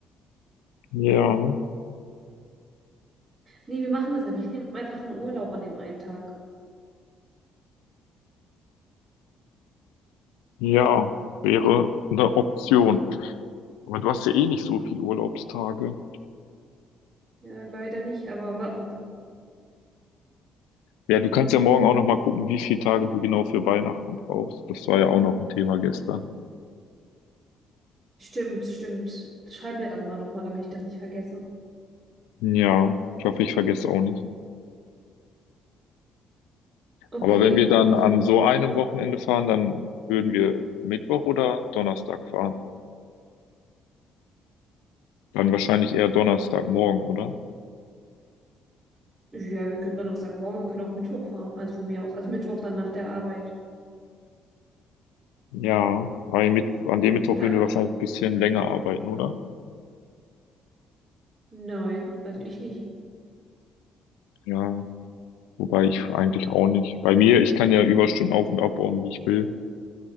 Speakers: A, on the left; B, on the right.
A: Ja,
B: Nee, wir machen das einfach. Ich nehme einfach einen Urlaub an dem einen Tag.
A: ja, wäre eine Option. Aber du hast ja eh nicht so viele Urlaubstage.
B: Ja, leider nicht, aber wa
A: Ja, du kannst ja morgen auch noch mal gucken, wie viele Tage du genau für Weihnachten brauchst. Das war ja auch noch ein Thema gestern.
B: Stimmt, stimmt. Schreib mir dann mal nochmal, damit ich das nicht vergesse.
A: Ja, ich hoffe, ich vergesse auch nicht.
B: Okay,
A: Aber wenn wir dann
B: und,
A: an
B: so, so,
A: so einem Wochenende fahren, dann würden wir Mittwoch oder Donnerstag fahren. Dann wahrscheinlich eher Donnerstagmorgen, oder?
B: so, ja, wir können Donnerstagmorgen, wir können auch Mittwoch fahren, also von mir aus. Also Mittwoch dann nach der Arbeit.
A: Ja, aber mit, an dem Mittwoch
B: Ich kann,
A: würden wir
B: also,
A: wahrscheinlich ein bisschen länger arbeiten, oder?
B: nein, also ich nicht.
A: Ja, wobei ich eigentlich auch nicht. Bei mir, ich kann ja Überstunden auf- und abbauen, wie ich will.